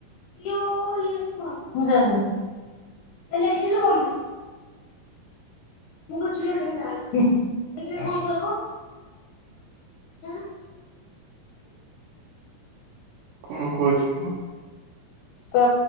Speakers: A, on the left; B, on the right.
A: ଯଉ ୟେଶ କଣ? ମୁଁ ଜାଣିନି। ଲେଖିଲୁ କଣ ପାଇଁ? ମୁଁ କିଛି ଲେଖିବିନି ତାହାଲେ। ଦେଖିଆ କଣ କରିବ? <unintelligible>
B: କଣ କୁହୁଛି ପୁଅ?
A: ତ